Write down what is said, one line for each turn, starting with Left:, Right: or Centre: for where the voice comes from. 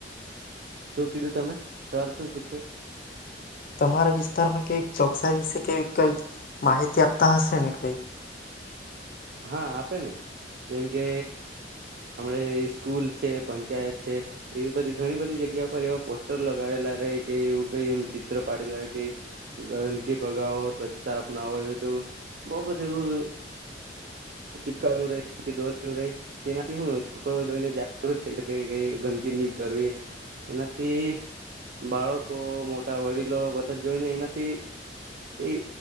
Right: શું કીધું તમે સવાલ શું પૂછ્યું
Left: તમારા વિસ્તારમાં કઈ ચોકસાઈ વિશે કેવી કઈ માહિતી આપતા હશે ને કઈક.
Right: હા આપે ને જેમ કે, હમણે સ્કૂલ છે પંચાયત છે એવી બધી ઘણી બધી જગ્યા પર એવા પોસ્ટર લગાડેલા રહે કે એવું કઈ એમ ચિત્ર પાડીલવા કે, ગોવન્ંદ્ર કે ભગાવો સ્વચ્છતા અપનાવો એવું બહ બધું એવું ચીપકાવેલું ર કે દોરેલું રહે, તેનાથી શું લોકો જોઈને જાગૃત થઈ શકે કે ગંદકી નહી કરવી, એનાથી બાળકો મોટા વડીલો બધા જોઈને એનાથી એ